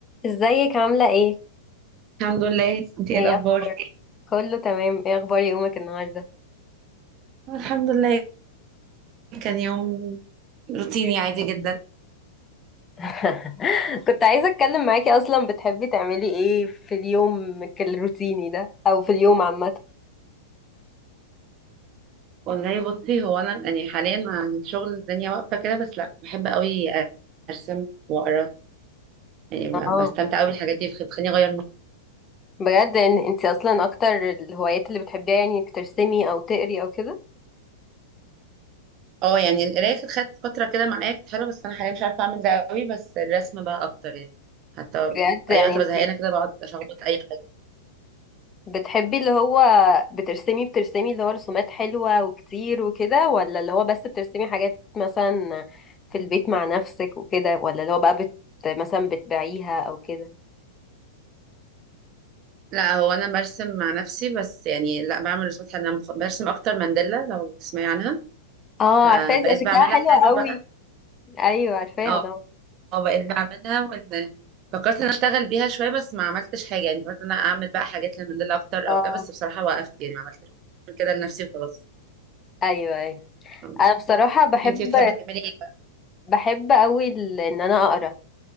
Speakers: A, on the left; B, on the right.
A: ازيك عاملة ايه؟
B: الحمد لله انت ايه
A: ايه
B: الاخبار
A: اخبارك؟ كله تمام ايه اخبار يومك النهاردة؟
B: الحمد لله كان يوم روتيني عادي جدا
A: <laughs> كنت عايزة اتكلم معاكي اصلا بتحبي تعملي ايه في اليوم الروتيني ده او في اليوم عامة
B: والله بصي هو انا يعني حاليا مع الشغل الدنيا واقفه كده بس لا بحب قوي ارسم واقرا يعني
A: اه
B: ب- بستمتع قوي بالحاجات دي بتخ- بتخليني اغير مود
A: بجد ان انت اصلا اكتر الهوايات اللي بتحبيها يعني انك ترسمي او تقري او كده
B: اه يعني القرايه كانت خدت فتره كده معايا كانت حلوه بس انا حاليا مش عارفه اعمل ده قوي بس الرسم بقى اكتر يعني حتى
A: بجد يعني
B: اي وقت
A: انت
B: بزهقانه كده بقعد اشخبط اي حاجه
A: بتحبي اللي هو بترسمي بترسمي اللي هو رسومات حلوة وكتير وكده ولا اللي هو بس بترسمي حاجات مثلا في البيت مع نفسك وكده ولا اللي هو بقى بت مثلا بتبيعيها او كده
B: لا هو انا برسم مع نفسي بس يعني لا بعمل رسومات حلوه انا برسم اكتر مانديلا لو تسمعي عنها
A: اه
B: فبقيت
A: عارفاها دي
B: بعملها
A: شكلها حلو
B: حلو بقى
A: قوي ايوه عارفاها
B: اه
A: طبعا
B: آه، بقيت بعملها وان فكرت ان أنا اشتغل بيها شويه بس ما عملتش حاجه يعني فكرت ان انا اعمل بقى حاجات للموديل اكتر
A: اه
B: او كده بس بصراحه وقفت يعني ما عملتش كده لنفسي وخلاص
A: ايوه ايوه
B: آه.
A: انا بصراحة بحب
B: انتي بتحبي تعملي ايه بقى
A: بحب قوي ال- ان انا اقرا